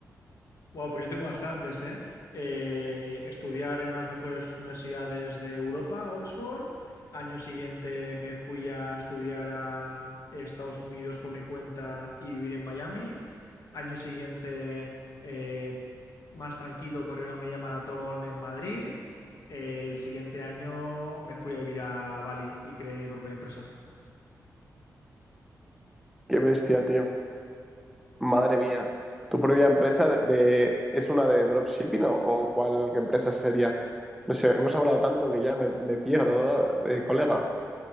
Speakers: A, on the left (about 65°); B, in the centre.
A: Wow, pues yo tengo bastantes, ¿eh? Eh, estudiar en unas mejores universidades de Europa, Oxford. Año siguiente me fui a estudiar a Estados Unidos por mi cuenta y vivir en Miami. Año siguiente, eh, más tranquilo, corrí una media maratón en Madrid. El siguiente año me fui a vivir a Bali y creé mi propia empresa.
B: Qué bestia, tío. Madre mía. ¿Tu propia empresa de, de- es una de dropshipping o, o cuál qué empresa sería? No sé, hemos hablado tanto que ya me, me pierdo, eh, colega.